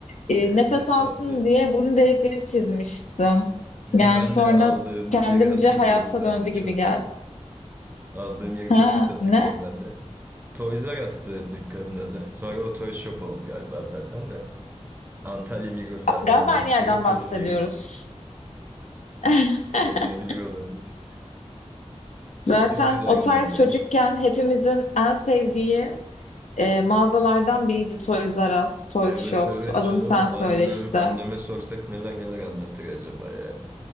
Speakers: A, on the left; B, on the right.
A: Ee,
B: Evet,
A: nefes
B: evet,
A: alsın
B: tatlı.
A: diye
B: <laughs>
A: burun delikleri çizmiştim.
B: Ben
A: Yani sonra
B: de aldığımız
A: kendimce
B: yeri hatırlıyorum
A: hayata
B: ben
A: döndü
B: de
A: gibi
B: çok
A: geldi.
B: net. Aldığım yeri
A: Ha
B: çok net hatırlıyorum
A: ne?
B: ben de. Toys R Us'tı dükkanın adı. Sonra o Toy Shop oldu galiba zaten de. Antalya Migros AVM.
A: Galiba aynı yerden
B: Direkt
A: bahsediyoruz.
B: konum vereyim.
A: <laughs>
B: Olabilir olabilir.
A: Zaten
B: Çok güzel
A: o
B: günlerdi
A: tarz
B: ya.
A: çocukken hepimizin en sevdiği e, mağazalardan biriydi Toys R Us, Toys
B: Evet
A: Shop.
B: evet
A: Adını
B: canım.
A: sen söyle
B: Annem
A: işte.
B: anneme sorsak neler neler anlatır acaba yani.